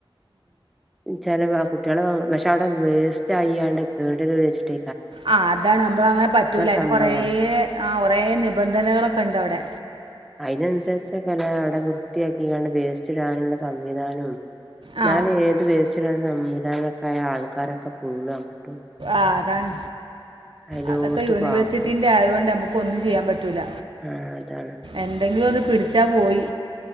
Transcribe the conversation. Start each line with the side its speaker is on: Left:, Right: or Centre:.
Centre: ചില ആ കുട്ടികളെ വാ പക്ഷെ അവിടെ വേസ്റ്റ് ആയിയാണ്ട് കേട് വരും വിചാരിച്ചിട്ട്.
Right: ആ അതാണ്. നമ്മൾ അങ്ങനെ പറ്റൂല അതിന്
Centre: സംഭവം
Right: കൊറേ ആഹ് കൊറേ നിബന്ധനകളൊക്കെ ഉണ്ട് അവിടെ.
Centre: അതിനനുസരിച്ചൊക്കെല അവിടെ വൃത്തിയാക്കികാണ്ട് വേസ്റ്റ് ടാനുള്ള സംവിധാനവും...
Right: ആ
Centre: എന്നാല് ഏത് വേസ്റ്റ്ടാന് സംവിധാനമൊക്കെ ആയ ആൾക്കാരൊക്കെ ഫുള്ള് അവിടെ ടും.
Right: ആഹ്, അതാണ്.
Centre: എല്ലോട്ത്ത്ക്കും
Right: അതൊക്കെ യൂണിവേഴ്സിറ്റിന്റെ
Centre: ആക്കും
Right: ആയൊണ്ട് നമുക്കൊന്നും ചെയ്യാന് പറ്റൂല.
Centre: ആഹ് അതാണ്
Right: എന്തെങ്കിലും ഒന്ന് പിടിച്ചാൽ പോയി.